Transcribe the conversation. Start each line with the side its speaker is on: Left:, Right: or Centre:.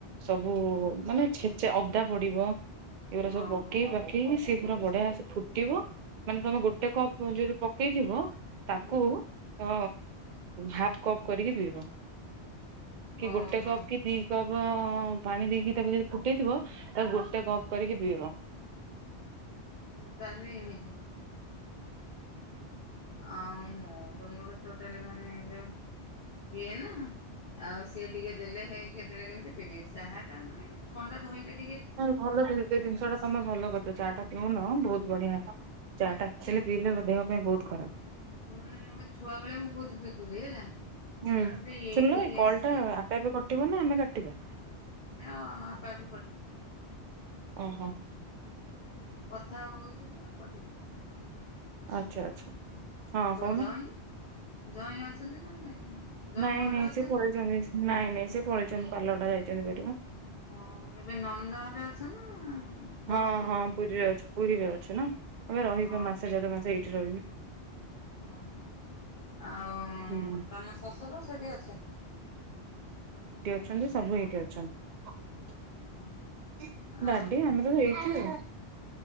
Right: ସବୁ ମାନେ ଛେଚା ଅଦା ପଡିବ, ଏଗୁୁରା ସବୁ
Left: ଓହୋ
Right: ପକେଇ ପକେଇକି ସେ ପୁରା ବଢ଼ିଆ ସେ ଫୁଟିବ ମାନେ ତମେ
Left: ହଁ
Right: ଗୋଟେ କପ୍ ଯଦି ପକେଇଥିବ, ତାକୁ
Left: ହୁଁ
Right: ଅ ଉ ହାଫ୍ କପ୍ କରିକି ପିଇବ, କି
Left: ଓହୋ।
Right: ଗୋଟେ କପ୍ କି ଦି କପ୍ ପାଣି ଦେଇକି ତାକୁ ଯ ଟେଇଥିବ, ତାକୁ ଗୋଟେ କପ କରିକି ପିଇବ।
Left: ହ ତାହେଲେ ଏମିତି । ଆଉ ମୁଁ ତ ମୋର ରୋଟାଲି ମାନେ ଯୋଉ ପିଏ ନା । ଆଉ ସିଏ ଟିକେ ଦେଲେ ହେଇକି କେତେବେଳେ କେମିତି ବି ଦେଇ ଚାହା ଟା ମାନେ ଥଣ୍ଡା ଧଇଦ
Right: ନାଇ ଭଲ କି ସେଇ ଜିନିଷଟା ତମେ ଭଲ କରି ଚାଟା ପିଉନ ବହୁତ ବଢିଆ ଚା ଟା ଆଲେ ପିଇଲେ ଦେହ ପାଇଁ ବହୁତ ଖରାପ।
Left: ମନେ ମୋ ଛୁଆ ବେଳେ ମୁଁ ବହୁତ ପିଥିଲି ହେଲା!
Right: ହୁଁ
Left: ତାପରେ ଏଇଠିକି
Right: ଶୁଣିଲ ଏଇ କଳ
Left: ଆସିଲି
Right: ଟା ଆପେ ଆପେ କଟିବ ନା ଆମେ କାଟିବା?
Left: ନାଁ ଆପେ ଆପେ କଟିଯିବ।
Right: ଓହୋ
Left: କଥା ହଉଥିବ ନା ପଟିଯିବ।
Right: ଆଛା ଆଛା ହଁ କହୁନୁ?
Left: ଜଇଁ ଜଇଁ ଅଛନ୍ତି ନା ନାଇଁ ଜଇଁ
Right: ନାଇଁ
Left: ଘରେ
Right: ନାଇଁ
Left: ଅଛନ୍ତି?
Right: ସେ ପଳେଇଛନ୍ତି ନାଇଁ ନାଇଁ ସେ ପଳେଇଛନ୍ତି। ପାଲଟା ଯାଇଛନ୍ତି ପେଟିବା
Left: ଓ ଏବେ ନଣନ୍ଦ ଭାବେ ଅଛ ନା ଘରକୁ
Right: ହଁ
Left: ପଳେଇ
Right: ହଁ
Left: ଆସିଲେ?
Right: ପୁରୀରେ ଅଛି ପୁରୀରେ ଅଛି ନା ଏମ ରହିବ
Left: ଓ
Right: ମାସେ ଢ ମାସ ଏଇଠି। ରହିବି।
Left: ଓ ହୋ, ଆଉ
Right: ହୁଁ
Left: ତମ ଶଶୁର ସେଠି ଅଛନ୍ତି?
Right: ଅ ସବୁ ଏଇଠି ଅଛନ୍ତି,
Left: ହଁ
Right: ଡାଡି
Left: ଆଉ
Right: ଆମର ଏଇଠି ଆଉ।